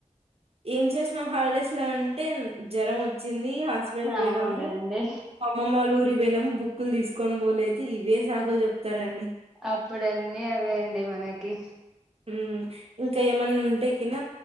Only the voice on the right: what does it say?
ఏం చేసినం హాలిడేస్ లో అంటే జ్వరం వ చ్చింది హాస్పిటల్ పోనాము
అమ్మమలూరి బోయినాము బుక్ బుక్కులు తీసుకోని పోలేదు ఇవే సాకులు చెప్తారండి
ఉమ్ ఇంకా ఏమన్నా ఉంటే కిన